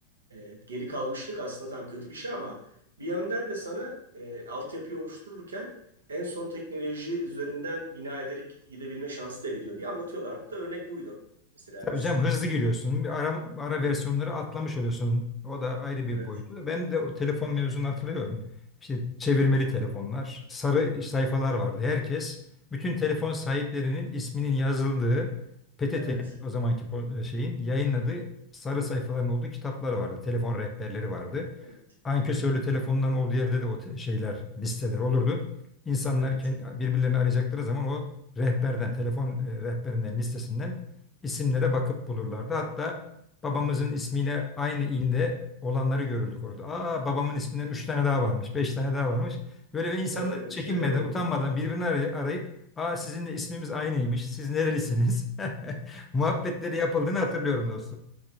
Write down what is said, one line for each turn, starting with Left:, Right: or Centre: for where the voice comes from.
Right: E, geri kalmışlık aslında tam kötü bir şey ama bir yönden de sana e, altyapıyı oluştururken en son teknoloji üzerinden bina ederek gide- gidebilme şansı da veriyor diye anlatıyorlardı da örnek buydu. Mesela
Left: Tabii
Right: biz
Left: canım hızlı giriyorsun. Bir Ara, ara
Right: evet
Left: versiyonları atlamış oluyorsun. O da ayrı bir
Right: evet
Left: boyutu. Ben de o telefon mevzunu hatırlıyorum. İşte çevirmeli telefonlar, sarı sayfalar vardı. Herkes bütün telefon sahiplerinin isminin yazıldığı PTT'nin
Right: evet
Left: o zamanki po- şeyin yayınladığı sarı sayfaların olduğu kitaplar vardı. Telefon rehberleri vardı
Right: evet,
Left: ankesörlü telefonların olduğu yerde de o te- şeyler, listeler olurdu. İnsanlar
Right: evet.
Left: kendi, birbirlerini arayacakları zaman o rehberden, telefon e, rehberinden, listesinden isimlere bakıp bulurlardı. Hatta babamızın ismiyle aynı ilde olanları görürdük orada. Aa babamın isminden üç tane daha varmış, beş tane daha varmış. Böyle ve insanlar
Right: doğru öyle
Left: çekinmeden,
Right: şeyler olurdu.
Left: utanmadan birbirini aray- arayıp Aa sizin de ismimiz aynıymış. Siz nerelisiniz? <laughs> Muhabbetleri yapıldığını hatırlıyorum dostum.